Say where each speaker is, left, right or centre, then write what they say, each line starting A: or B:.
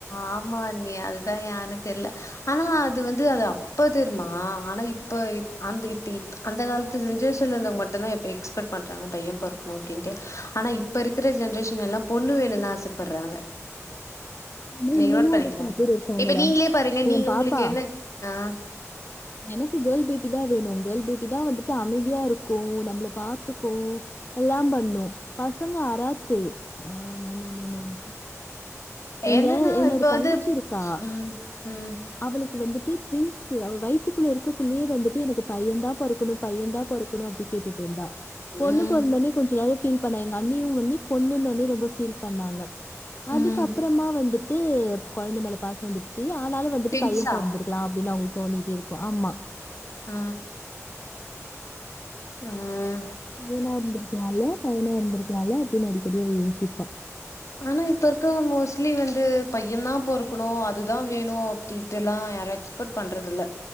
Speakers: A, on the left; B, on the left.
A: ஆ மா அண்ணி அதுதா ஏனு தெர்ல ஆனா அது வந்து அது அப்ப தெருமா ஆனா இப்ப இப் அந்த இப்ப இப் அந்த காலத்து ஜென்ரேஷன்ல இருந்தவ்ங்க மட்டுந்தா இப்ப எக்ஸ்பெட் பண்றாங்க பைய பொறக்கனு அப்டின்ட்டு ஆனா இ ப்ப இருக்குற ஜென்ரேஷன் எல்லா பொண்ணு வேணுன் ஆசப்பர்றாங்க
B: ஆனா
A: நீங்க
B: இன்னமு
A: நோட் பண்ணீங்ளா
B: ஒரு சில பேர் இருக்காங்கடா
A: இப்ப நீங்ளே பாருங்க நீங்க
B: எ பாப்பா
A: உங்களுக்கு என்ன ஆ
B: எனக்கு கேர்ள் பேபி தா வேணு கேர்ள் பேபி தா வந்துட்டு அமைதியா இருக் கு நம்மள பாத்துக்கு எல்லா பண்ணு பசங்க அராத்து ஆ no no no no no. எங்க
A: என்னன்னா
B: என்னோட
A: இப்ப வந்து
B: தங்கச்சி இருக்கா.
A: ம் ம்
B: அவளுக்கு வந்துட்டு ட்வின்ஸ் அவ வயத்துக்குள்ள இருக்கக்குள்ளயே வந்துட்டு எனக்கு பையந்தா பொறக்கணு பையந்தா பொற க்குனு அப்டி கேட்டுட்டு இருந்தா பொண்ணு
A: ம்
B: பொறந்தோனே கொஞ்ச நேரம் ஃபீல் பண்ணா எங் க அண்ணியு ஒடனே பொண்ணுன்னோனே ரொம்ப ஃபீல் பண்ணாங்க அதுக்கப்பறமா
A: ம்
B: வந்துட் டு கொழந்தை மேல பாசம் வந்துடுச்சு ஆனாலு வந்துட்டு
A: திங்ஸா
B: பையன் பொறந்திருக்கலா அப்டின்னு அவங்களுக்கு தோணிடிட்டே இருக்கு, ஆமா
A: ஆ ம்
B: பையனா இருந்திருக்கலா இல்ல பையனா இருந்தக்கலா இல்ல அப்டின்னு அடிக்கடி யோசிப்பா
A: ஆனா இப்ப இருக்குறவங்க மோஸ்ட்லி வந்து பையந்தா பொறக்கணு அதுதா வேணு அப்டி இப்டிலா யாரு எக்ஸ்பர்ட் பண்றது இல்ல